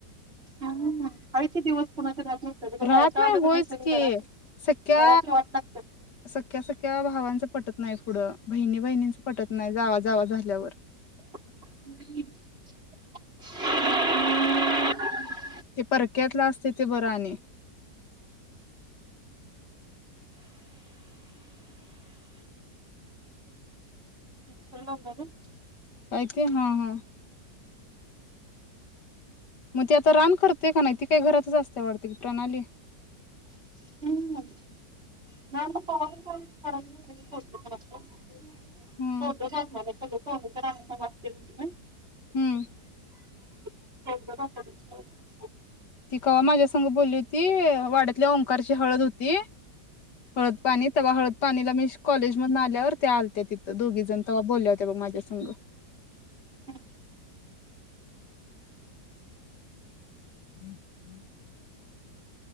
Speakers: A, on the right; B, on the left.
A: हम्म आहे <unintelligible>
B: राहत
A: बायका
B: नाही
A: आलं का
B: होयच
A: सगळी
B: की
A: घराची
B: सख्या
A: घराची वाट लागत्यात
B: सख्या सख्या भावांचं पटत नाही पुढं बहिणी बहिणींचं पटत नाही जावा जावा झाल्यावर
A: <inaudible>
B: ते परक्यातल असतय ते बरं आणि
A: <inaudible>
B: काय ते हा हा म ती आता रान करते का नाही ती काय घरातच असते वाटत की प्रणाली
A: <unintelligible> <unintelligible>
B: हम्म
A: <inaudible>
B: हम्म
A: <unintelligible>
B: ती कवा माझ्या संग बोलली होती वाड्यातल्या ओंकारची हळद होती हळद पाणी तेव्हा हळद पाणी ला काॅलेज मधन आल्यावर ते आलत्या तिथं दोघी जण तेव्हा बोल्या होत्या बघ माझ्या संग
A: हम्
B: हम्म हम्म